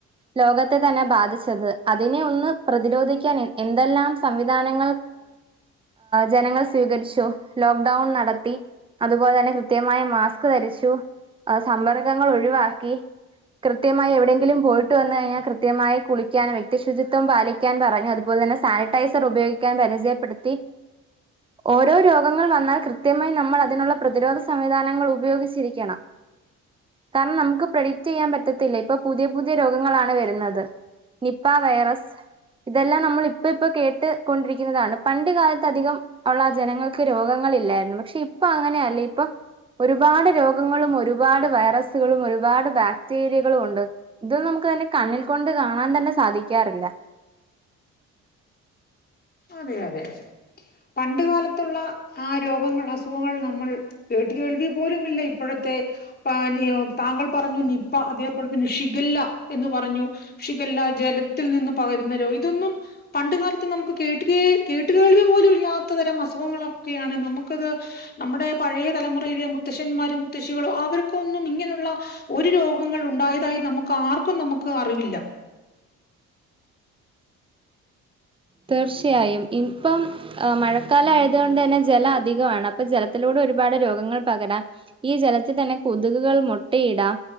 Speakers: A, on the right; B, on the left.
A: ലോകത്തെ തന്നെ ബാധിച്ചത് അത്. അതിന് ഒന്ന് പ്രതിരോധിക്കാൻ എന്തെല്ലാം സംവിധാനങ്ങൾ ജനങ്ങൾ സ്വീകരിച്ചു, ലോക്ക്ഡൌൺ നടത്തി അതുപോലെ തന്നെ കൃത്യമായി മാസ്ക് ധരിച്ചു, സമ്പർക്കങ്ങൾ ഒഴിവാക്കി, കൃത്യമായി എവിടെയെങ്കിലും പോയിട്ട് വന്ന കഴിഞ്ഞാൽ കൃത്യമായി കുളിക്കാൻ പ വ്യക്തി ശുചിത്വം പാലിക്കാൻ പറഞ്ഞു, അതുപോലെ തന്നെ സാനിറ്റൈസർ ഉപയോഗിക്കാൻ പരിചയപ്പെടുത്തി, ഓരോ രോഗങ്ങൾ വന്നാൽ കൃത്യമായി നമ്മൾ അതിനുള്ള പ്രതിരോധ സംവിധാനങ്ങൾ ഉപയോഗിച്ചിരിക്കണം, കാരണം നമുക്ക് പ്രഡിക്റ്റ് ചെയ്യാൻ പറ്റത്തില്ല, ഇപ്പൊ പുതിയ പുതിയ രോഗങ്ങളാണ് വരുന്നത്. നിപ്പ വൈറസ് ഇതെല്ലാം നമ്മൾ ഇപ്പ ഇപ്പൊ കേട്ട്. കൊണ്ടിരിക്കുന്നതാണ് പണ്ട് കാലത്ത്. അധികം ഉള്ള ജനങ്ങൾക്ക് രോഗങ്ങൾ ഇല്ലായിരുന്നു പക്ഷെ. ഇപ്പൊ അങ്ങനെയല്ലേ ഇപ്പൊ. ഒരുപാട് രോഗങ്ങളും ഒരുപാട് വൈറസുകളും ഒരുപാട് ബാക്ടീരിയകളും ഉണ്ട്, ഇതും നമുക്ക് തന്നെ കണ്ണിൽ കൊണ്ട് കാണാൻ തന്നെ. സാധിക്കാറില്ല
B: അതെ അതെ അതെ പണ്ട് കാലത്തുള്ള ആ രോഗങ്ങൾ അസുഖങ്ങൾ നമ്മൾ കേട്ടുകേൾവി പോലുമില്ല ഇപ്പോഴത്തെ പാനീയം താങ്കൾ പറഞ്ഞു നിപ്പ അതേപോലെ തന്നെ ഷിഗല്ല എന്ന് പറഞ്ഞു ഷിഗല്ല ജലത്തിൽ നിന്ന് പകരുന്ന രോഗം ഇതൊന്നും പണ്ട് കാലത്ത് നമുക്ക്. കേട്ട് കേ കേട്ടു കേൾവി പോലും ഇല്ലാത്ത തരം അസുഖങ്ങളൊക്കെയാണ്, നമുക്കത് നമ്മുടെ പഴയ തലമുറയിലെ മുത്തശ്ശന്മാരും മുത്തശ്ശികളും അവർക്കൊന്നും ഇങ്ങനെയുള്ള ഒരു രോഗങ്ങൾ ഉണ്ടായതായി നമുക്ക് ആർക്കും നമുക്ക് അറിവില്ല.
A: തീർച്ചയായും ഇപ്പം മഴക്കാലം ആയതുകൊണ്ട് തന്നെ ജലം അധികമാണ്, അപ്പൊ ജലത്തിലൂടെ ഒരുപാട് രോഗങ്ങൾ പകരാം, ഈ ജലത്തിൽ തന്നെ കൊതുകുകൾ മുട്ടയിടാം,